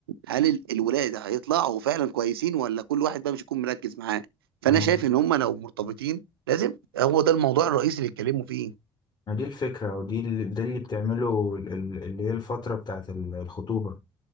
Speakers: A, on the right; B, on the left.
A: هل ال- الولاد هيطلعوا فعلا كويسين ولا كل واحد بقى مش يكون مركز معاه فانا
B: ما
A: شايف ان هم لو مرتبطين لازم هو ده الموضوع الرئيسي اللي يتكلموا فيه
B: ما دي الفكرة ودي ال- ده اللي بتعمله ال- ال- اللي هي الفترة بتاعت ال- الخطوبة